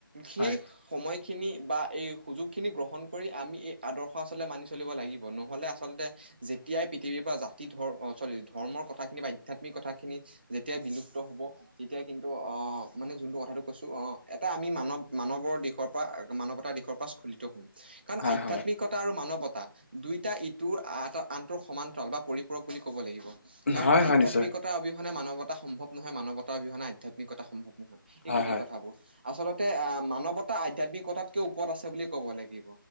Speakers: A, on the right; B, on the left.
A: সেই
B: হয়
A: সময়খিনি বা এই সুযোগখিনি গ্ৰহণ কৰি আমি এই আদৰ্শ আচলতে মানি চলিব লাগিব নহ'লে আচলতে, যেতিয়াই পৃথিৱীৰ পৰা জাতি ধ চৰি ধৰ্মৰ কথাখিনি বা আধ্যাত্মিক কথাখিনি যেত তিয়াই বিলুপ্ত হ'ব, তেতিয়াই কিন্তু অ মানে যোনটো কথাটো কৈছো অ এটা আমি মানৱ মানৱৰ দিশৰ পৰা মানৱতা দিশৰ পৰা স্খলিত হম, কাৰণ
B: হয়
A: আধ্যাত্মিক
B: হয়
A: ঐক্যতা আৰু মানৱতা দুয়োটা ইটোৰ আনটোৰ সমান্তৰাল বা পৰিপূৰক বুলি ক'ব লাগিব। কাৰণ
B: হয়
A: আধ্যাত্মিকতা
B: হয় নিশ্চয়
A: অবিহনে মানৱতা সম্ভৱ নহয়, মানৱতা অবিহনে আধ্যাত্মিকতা সম্ভৱ নহয়।
B: হয়
A: এই গোটেই
B: হয়
A: কথাবোৰ, আচলতে আহ মানৱতা আধ্যয়াত্মিকতাতকে ওপৰত আছে বুলি ক'ব লাগিব